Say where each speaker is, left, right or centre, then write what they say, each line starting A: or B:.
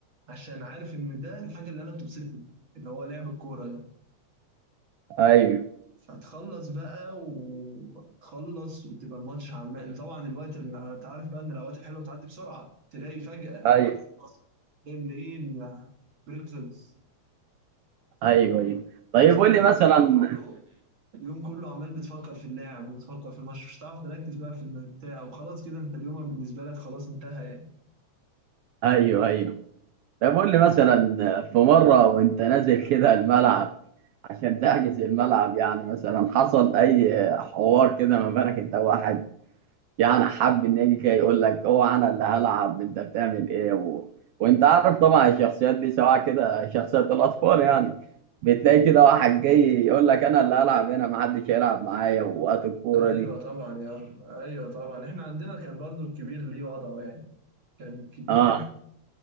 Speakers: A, on the right; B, on the right.
A: عشان عارف ان ده الحاجه اللي انا بتبسطني اللي هو لعب الكوره ده
B: ايوه
A: فتخلص بقى وتخلص وتبقى الماتش عمال طبعا الوقت اللي انت عارف بقى ان الاوقات الحلوه بتعدي بسرعه تلاقي فجاه في
B: ايوه
A: لمحه بصر تلاقي بالليل البريك خلص
B: ايوه ايوه طيب
A: تطلع
B: قول
A: بقى
B: لي مثلا
A: اليوم كله
B: <laughs>
A: اليوم كله عمال بتفكر في اللاعب وتفكر في الماتش مش هتعرف تركز بقى في الم- بتاع وخلاص كده انت اليوم بالنسبه لك خلاص انتهى يعني
B: ايوه ايوه طيب قول لي مثلا في مره وانت نازل كده الملعب عشان تحجز الملعب يعني مثلا حصل اي حوار كده ما بينك انت وواحد يعني حب ان يجي كده يقول لك هو انا اللي هلعب انت بتعمل ايه و... وانت عارف طبعا الشخصيات دي سواء كده شخصيات الاطفال يعني بتلاقي كده واحد جاي يقول لك انا اللي هلعب هنا محدش هيلعب معايا وقت الكوره
A: ايوه
B: دي
A: طبعا يا عم ايوه طبعا احنا عندنا كان برضو الكبير ليه وضعه يعني كان الكبير
B: اه